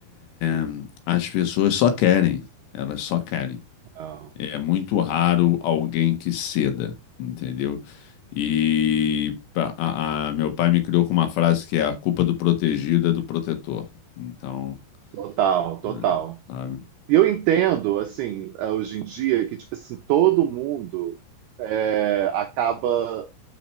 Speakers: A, on the left (about 70°); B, on the right (about 90°).
A: é, é, as pessoas só querem, elas só querem.
B: Não.
A: É muito raro alguém que ceda, entendeu? E pa- a- a- meu pai me criou com uma frase que é a culpa do protegido é do protetor. Então,
B: Total, total.
A: né, sabe?
B: E eu entendo, assim, ah, hoje em dia, que, tipo assim, todo mundo eh, acaba.